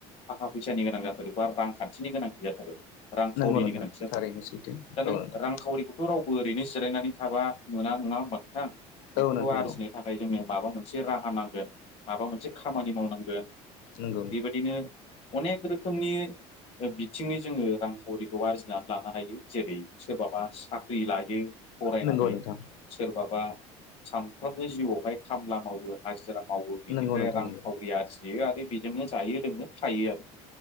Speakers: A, on the left; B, on the left.
A: थाखा फैसानि गोनां जाथारो बा रांखान्थिनि गोनांथि जाथारो। रांखावरिनि
B: नंगौ नोंथां
A: गोनांथि जाथारो
B: थारैनो सैथो
A: दा
B: औ
A: नों
B: नोंथां
A: रांखावरिखौथ' रावबो ओरैनो जिरायनानै थाबा मोना नङा होमबा नोंथां? बेखौथ'
B: औ नोंथां
A: आरजिनो
B: औ
A: थाखाय जोंनो माबा मोनसे राहा नांगोन माबा मोनसे खामानि मावनांगोन।
B: नोंग
A: बेबायदिनो अनेक रोखोमनि ओ बिथिंङै जोङो रांखावरिखौ आरजिनानै लानो हायो जेरै सोरबाबा साख्रि लायो फरायनानै
B: नंगौ नोंथां
A: सोरबाबा सानफ्रोमबो जिउआवहाय खामला मावो हाजिरा मावो बिनिफ्राय
B: नंगौ नोंथां
A: रांखावरि
B: नंगौ
A: आरजियो आरो बि जोंनो जायो लोंनो थायो आरो